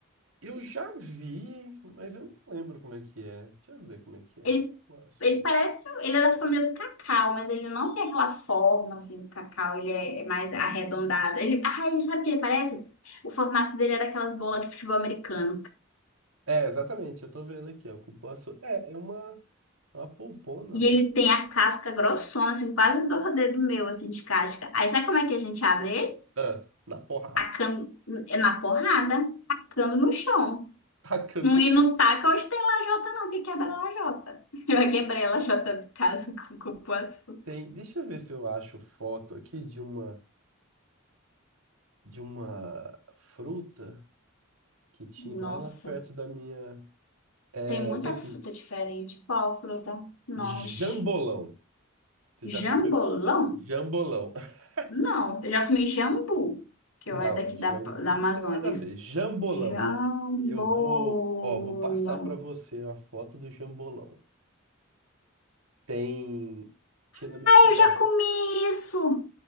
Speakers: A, on the right; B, on the left.
A: Eu já vi, mas eu não lembro como é que é. Deixa eu ver como é que é.
B: Ele,
A: Cupuaçu.
B: ele parece, ele é da família do cacau, mas ele não tem aquela forma, assim, do cacau. Ele é, é mais arredondado.
A: Cu-
B: Ele, ah, ele sabe o que ele parece? O formato dele é daquelas bolas de futebol americano.
A: É, exatamente, eu tô vendo aqui, ó. Cupuaçu. É, é uma, uma polpona,
B: E
A: né?
B: ele tem a casca grossona, assim, quase do dedo meu, assim, de casca. Aí sabe como é que a gente abre ele?
A: Ah, na porrada.
B: Tacando é na porrada, tacando no chão.
A: <laughs> Tacando
B: Não,
A: no
B: e
A: chão.
B: não taca hoje tem lajota, não, que quebra a lajota. <laughs> Eu já quebrei a lajota de casa com cupuaçu.
A: Tem, deixa eu ver se eu acho foto aqui de uma, de uma fruta. que tinha
B: Nossa,
A: lá na perto da minha. É
B: tem muita
A: essa aqui.
B: fruta diferente. Qual fruta? Nomes.
A: Jambolão. Você já
B: Jambolão?
A: comeu? Jambolão. <laughs>
B: Não, eu já comi jambu, que
A: Não,
B: eu é daqui
A: jambu
B: da, da Amazônia.
A: não tem nada a ver. Jambolão.
B: Jambolão.
A: Eu vou, ó, vou passar pra você a foto do jambolão. Tem, tinha na minha cidade.
B: Eu já comi isso.